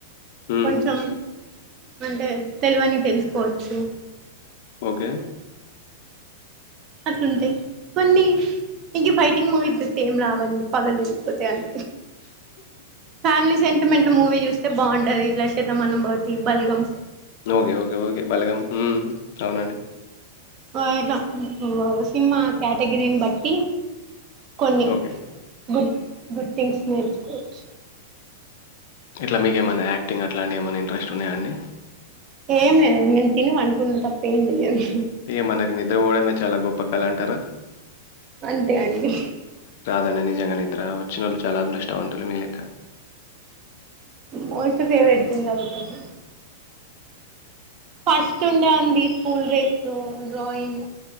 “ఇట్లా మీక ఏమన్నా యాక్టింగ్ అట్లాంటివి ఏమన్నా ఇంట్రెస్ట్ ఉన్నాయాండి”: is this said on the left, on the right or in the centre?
Left